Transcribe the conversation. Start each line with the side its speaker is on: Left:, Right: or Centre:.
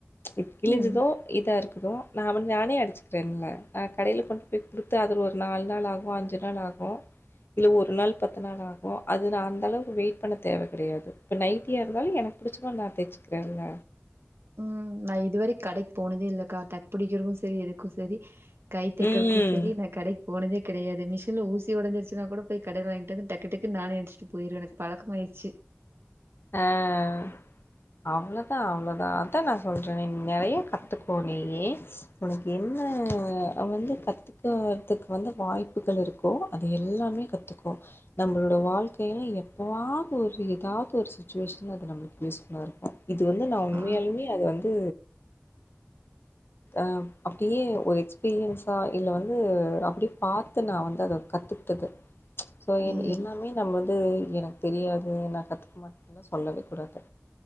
Left: இப்ப கிழிஞ்சதோ
Right: ம்.
Left: இதா இருக்கு தோ நான் வந்து நானே அடிச்சுக்கிறேன்ல்ல நா கடையில கொண்டு போய் குடுத்து அது ஒரு நாலு நாள் ஆகு அஞ்சு நாள் ஆகு இல்ல ஒரு நாள் பத்து நாள் ஆகு அது நா அந்த அளவுக்கு வெயிட் பண்ண தேவ கெடையாது இப்ப நைட்டியா இருந்தாலு எனக்கு புடிச்ச மாரி நா தெச்சுக்கறன்ல
Right: உம் நான் இதுவரை கடைக் போனதே இல்க்கா டக்கு பிடிக்கிறவும் சரி எதுக்கும் சரி கை தைக்குறதுகும்
Left: ம்
Right: சரி நான் கடைக்கு போனதேக் கிடையாது மிஷின்ல ஊசி உடஞ்சுச்சின்னா கூட போய் கடைல வாங்கிட்டு வந்து டக்கு டக்கு நானே அடிச்சிட்டி போயிருவ எனக்கு பழக்கமா ஆயிச்சு <inaudible>
Left: ஆஹ் அவ்ளோதா அவ்ளோதா அதான் நான் சொல்றேன் நீ நிறைய கத்துக்கோக நீயி உனக்கு என் ன வந்து கற்றுக்கிறதுக்கு வந்து வாய்ப்புகள் இருக்கோ அது எல்லாமே கத்துக்கோ நம்மளோட வாழ்க்கையில எப்போவாது ஒரு ஏதாவது ஒரு சுச்சுவேஷன் அது நம்ளுக் யூஸ்புஃல்லா இருக்கும் இது வந்து நான் உண்மையாலுமே
Right: ஆ
Left: அது வந்து ஹ் அப்படியே ஒரு எக்ஸ்பீரியன்ஸா இல்ல வந்து அப்டியே பாத்த நா வந்து அத கத்துக்டது சோ
Right: ஏ
Left: எல்லாமே நம்ம வந்து எனக்கு தெரியாது நான் கத்துக் மாட் டனு சொல்லவே கூடாது